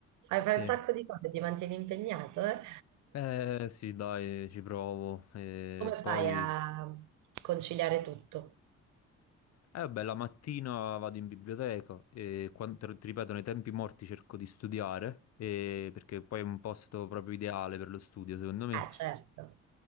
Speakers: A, on the right (about 75°); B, on the left (about 55°).
A: fai, fai
B: Sì.
A: un sacco di cose, ti mantieni impegnato, eh?
B: Eh sì, dai, ci provo. E
A: Come
B: poi,
A: fai a conciliare tutto?
B: eh vabbè, la mattina vado in biblioteca e quando, ti ripeto, nei tempi morti cerco di studiare, e- perché poi è un posto proprio ideale per lo studio, secondo me.
A: Eh, certo.